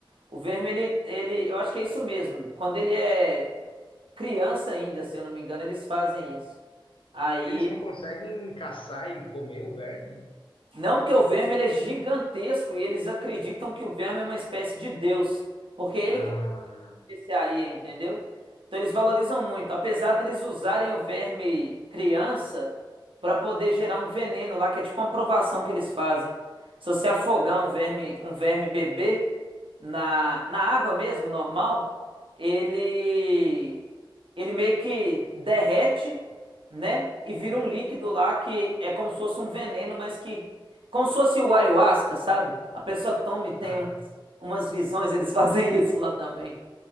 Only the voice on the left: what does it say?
Eles não conseguem caçar e comer o verme?
Ah,
ah.